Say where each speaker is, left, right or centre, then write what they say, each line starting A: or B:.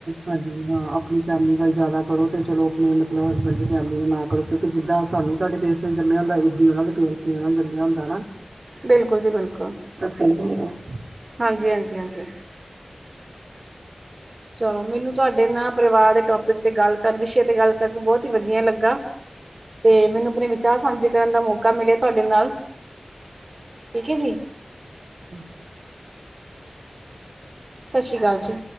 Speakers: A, on the right; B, on the right.
A: ਹਾਂਜੀ ਹਾਂ ਆਪਣੀ ਫੈਮੇਲੀ ਨਾਲ ਜਾਦਾ ਕਰੋ ਤੇ ਚਲੋ ਆਪਣੇ ਮਤਲਬ ਹਸਬੈਂਡ ਦੀ ਫੈਮੇਲੀ ਦਾ ਨਾ ਕਰੋ। ਕਿਉਂਕਿ ਜਿੱਦਾਂ ਸਾਨੂੰ ਸਾਡੇ ਪੇਂਰਸ ਨੇ ਜੰਮੇਆ ਹੁੰਦ ਏ ਓਨਾਂ ਦੇ ਪੇਰਸ ਜੰਮੇਆ ਹੁੰਦਾ ਹਨਾ।
B: ਬੇਲਕੁਲ ਜੀ ਬੇਲਕੁਲ
A: ਸੇਮ
B: ਹਾਂਜੀ-ਹਾਂਜੀ-ਹਾਂਜੀ। ਚਲੋ ਮੈਨੂੰ ਤੁਆਡੇ ਨਾ ਪਰਿਵਾਰ ਦੇ ਟੋਪਿਕ ਤੇ ਗੱਲ ਕਰ ਵਿਸ਼ੇ ਤੇ ਗੱਲ ਕਰਕੇ ਬੌਤ ਹੀ ਵਧੀਆ ਲੱਗਾ।
A: ਹੀ
B: ਤੇ ਮੈਨੂੰ ਆਪਣੇ ਵਿਚਾਰ ਸਾਂਝੇ ਕਰਨ ਦਾ ਮੌਕਾ ਮਿਲੇਆ ਧਾਡੇ ਨਾਲ। ਠੀਕ ਐ ਜੀ?
A: ਹੈ।
B: ਸਾਛੀ ਕਾਲ ਜੀ।